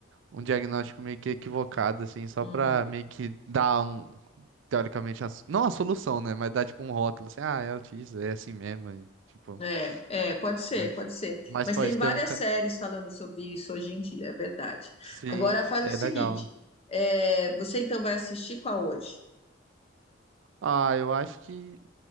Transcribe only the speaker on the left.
Uhum.
É, é, pode ser,
pode ser.
Mas
tem várias
séries falando sobre isso hoje em dia, é verdade.
Agora faz
o seguinte:
é, você então vai assistir qual hoje?